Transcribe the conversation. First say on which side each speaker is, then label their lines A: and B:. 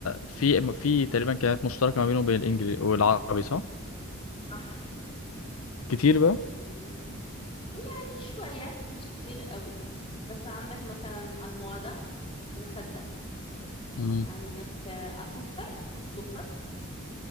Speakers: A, on the left; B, on the left.
A: في في تقريبا كلمات مشتركه ما بينه وبين الانجليزي والعربي صح
B: صح
A: كتير بقى
B: في يعني شوية مش كتير قوي بس عندك مثلا الموادة مخدة
A: امم
B: عندك آه، أسكر سكر